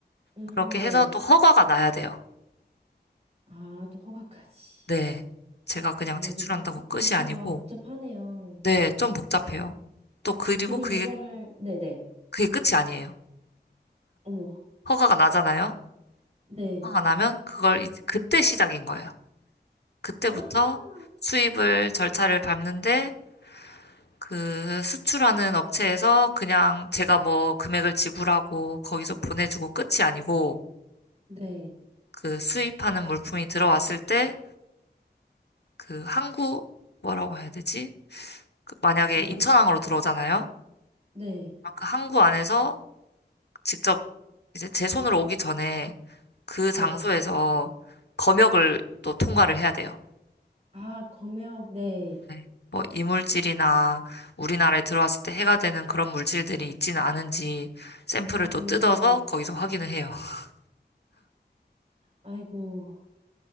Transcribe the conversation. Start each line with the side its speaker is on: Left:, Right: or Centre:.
Right: 음,
Left: 그렇게
Right: 네.
Left: 해서 또 허가가 나야 돼요.
Right: 아, 또 허가까지.
Left: 네. 제가 그냥
Right: 아,
Left: 제출한다고
Right: 이제 복, 복,
Left: 끝이
Right: 절차가
Left: 아니고,
Right: 복잡하네요.
Left: 네, 좀 복잡해요. 또 그리고
Right: 근데
Left: 그게,
Right: 이거를, 네네.
Left: 그게 끝이 아니에요.
Right: 어머,
Left: 허가가 나잖아요.
Right: 네.
Left: 허가가 나면 그걸 이제 그때 시작인 거예요. 그때부터
Right: 아,
Left: 수입을 절차를 밟는데 그 수출하는 업체에서 그냥 제가 뭐 금액을 지불하고 거기서 보내주고 끝이 아니고
Right: 네,
Left: 그 수입하는 물품이 들어왔을 때 그 항구 뭐라고 해야 되지? 그 만약에
Right: 네,
Left: 인천항으로 들어오잖아요.
Right: 네,
Left: 그 항구 안에서 직접 이제 제 손으로 오기 전에 그
Right: 네.
Left: 장소에서 검역을 또 통과를 해야 돼요.
Right: 아, 검역, 네.
Left: 네. 뭐 이물질이나 우리나라에 들어왔을 때 해가 되는 그런 물질들이 있지는 않은지 샘플을
Right: 음,
Left: 또 뜯어서 거기서 확인을 해요. <laughs>
Right: 아이고.